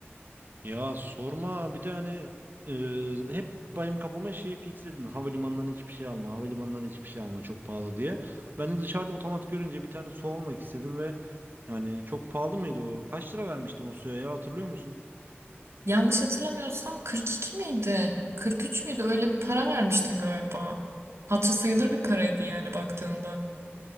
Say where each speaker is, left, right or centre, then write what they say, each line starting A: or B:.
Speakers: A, on the right; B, on the right.
A: Ya sorma bir de hani e, hep benim kafama şeyi fixledin. Havalimanından hiçbir şey alma, havalimanından hiçbir şey alma çok pahalı diye. Ben de dışarıda otomat görünce bir tane su almak istedim ve yani çok pahalı mıydı o? Kaç lira vermiştim o suya ya hatırlıyor musun?
B: Yanlış hatırlamıyorsam 42 miydi? 43 müydü? Öyle bir para vermiştin galiba. Hatırı sayılır
A: Ya.
B: bir paraydı yani baktığında.